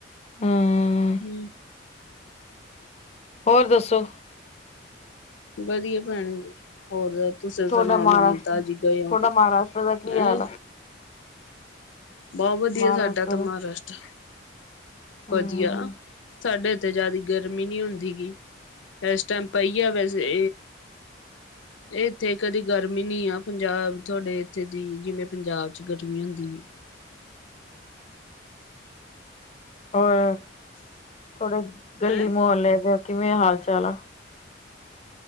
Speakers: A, on the left; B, on the left.
A: ਹਮ
B: ਹਮ
A: ਹੋਰ ਦੱਸੋ
B: ਵਧੀਆ ਭੈਣ ਜੀ। ਹੋਰ ਦੱਸੋ ਤੁਸੀਂ
A: ਤੁਹਾਡਾ
B: ਸੁਣਾਓ,
A: ਮਹਾਰਾਸ਼ਟਰ
B: ਨਮੀ ਤਾਜ਼ੀ ਗਏ ਹੋ
A: ਤੁਹਾਡਾ
B: ਕਿਧਰੇ
A: ਮਹਾਰਾਸ਼ਟਰ ਦਾ ਕੀ ਹਾਲ
B: ਹੈਂ।
A: ਆ
B: ਬਹੁਤ ਵਧੀਆ,
A: ਮਹਾਰਾਸ਼ਟਰ
B: ਸਾਡਾ ਤਾਂ
A: ਦਾ
B: ਮਹਾਰਾਸ਼ਟਰ
A: ਹਮ
B: ਵਧੀਆ ਸਾਡੇ ਤੇ ਜਿਆਦਾ ਗਰਮੀ ਨਹੀਂ ਹੁੰਦੀ ਗੀ, ਇਸ ਟਾਈਮ ਪਹੀਆ ਵੈਸੇ ਇੱਥੇ ਕਦੀ ਗਰਮੀ ਨਹੀਂ ਆ, ਪੰਜਾਬ ਤੁਹਾਡੇ ਇੱਥੇ ਦੀ, ਜਿਵੇਂ ਪੰਜਾਬ 'ਚ ਗਰਮੀ ਹੁੰਦੀ ਏ।
A: ਹਾਂ ਥੋੜੇ ਗਲੀ
B: ਹੈਂ
A: ਮਹੱਲੇ ਦੇ। ਕਿਵੇਂ ਹਾਲ ਚਾਲ ਆਲਾ